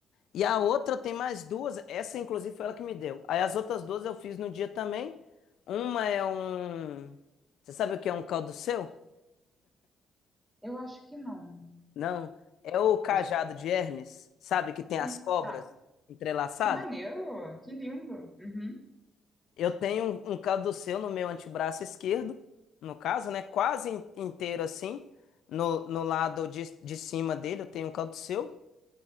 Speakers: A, on the left; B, in the centre.
A: E a outra tem mais duas, essa inclusive foi ela que me deu. Aí as outras duas eu fiz no dia também. Uma é um, você sabe o que é um caldo seu?
B: Eu acho que não.
A: Não, é o cajado
B: Deixa eu procurar
A: de
B: aqui.
A: Hermes, sabe que tem
B: Sim.
A: as cobras
B: Tá.
A: entrelaçadas?
B: Que maneiro! Que lindo! Uhum.
A: Eu tenho um, um caduceu no meu antebraço esquerdo, no caso, né? Quase in- inteiro assim. No, no lado de, de cima dele eu tenho um caduceu.